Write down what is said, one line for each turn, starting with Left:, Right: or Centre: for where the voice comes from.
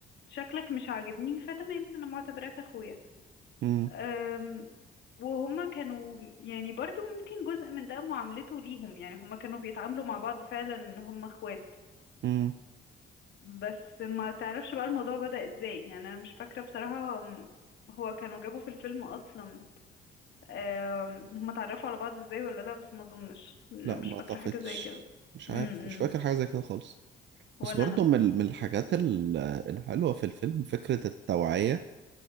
Left: شكلك مش عاجبني فتمام انا معتبراك اخويا
Right: مم.
Left: أم، وهما كانوا يعني برضو ممكن جزء من ده معاملته ليهم يعني هما كانوا بيتعاملوا مع بعض فعلا ان هما اخوات
Right: مم.
Left: بس ما تعرفش بقى الموضوع بدأ ازاي يعني انا مش فاكرة بصراحة أم، هو كانوا جابوا في الفيلم اصلا أم، هما اتعرفوا على بعض ازاي ولا لا بس ما اظنش أنا
Right: لا
Left: مش
Right: ما أعتقدش
Left: فاكرة حاجة زي كده
Right: مش
Left: امم
Right: عارف مش فاكر حاجة زي كده خالص
Left: ولا
Right: بس برضه من ال- من الحاجات ال- الحلوة في الفيلم فكرة التوعية